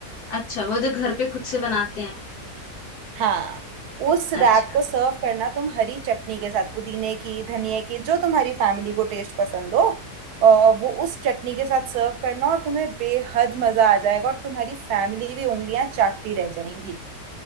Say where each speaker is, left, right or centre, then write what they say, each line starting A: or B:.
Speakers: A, on the left; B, on the right.
A: अच्छा वो जो घर पे खुद से बनाते हैं
B: हाँ उस
A: अच्छा
B: रैप को सर्व करना तुम हरी चटनी के साथ पुदीने की धनिया की जो तुम्हारी फैमिली को टेस्ट पसंद हो अ, वो उस चटनी के साथ सर्व करना और तुम्हें बेहद मजा आ जाएगा और तुम्हारी फैमिली भी उंगलियां चाटती रह जाएंगी